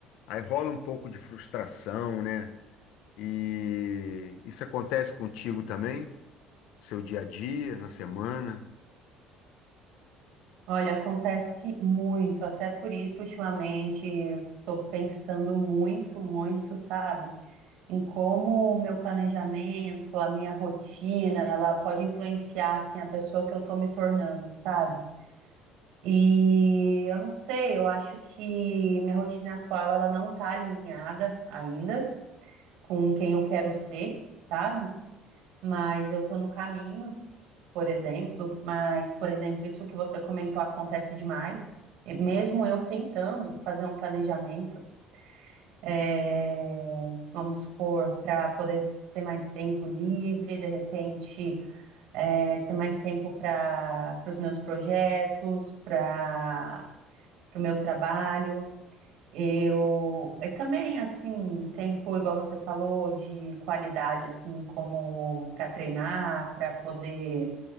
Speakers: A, on the left (about 65°); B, on the right (about 65°).
A: aí rola um pouco de frustração, né? E isso acontece contigo também, no seu dia a dia, na semana?
B: Olha, acontece muito, até por isso, ultimamente, estou pensando muito, muito, sabe, em como o meu planejamento, a minha rotina, ela pode influenciar, assim, a pessoa que eu estou me tornando, sabe? E eu não sei, eu acho que minha rotina atual, ela não está alinhada ainda com quem eu quero ser, sabe? mas eu tô no caminho, por exemplo. Mas, por exemplo, isso que você comentou acontece demais. E mesmo eu tentando fazer um planejamento, é, vamos supor, para poder ter mais tempo livre, de repente, é, ter mais tempo para os meus projetos, para o meu trabalho. Eu é também assim, tempo igual você falou de qualidade assim, como para treinar, para poder